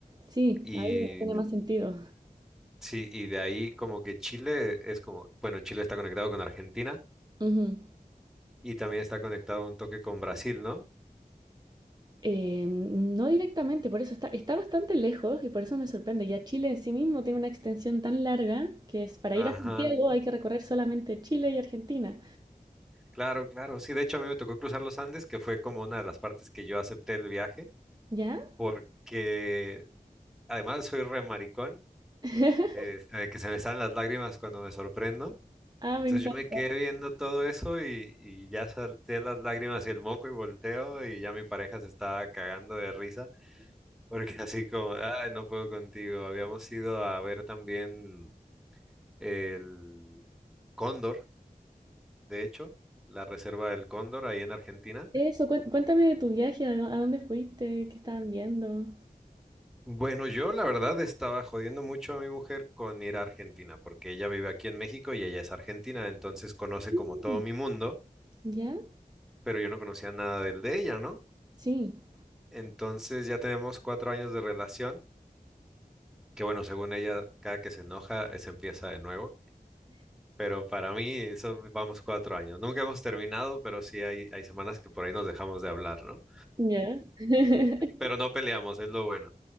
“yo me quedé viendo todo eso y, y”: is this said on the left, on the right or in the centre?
Centre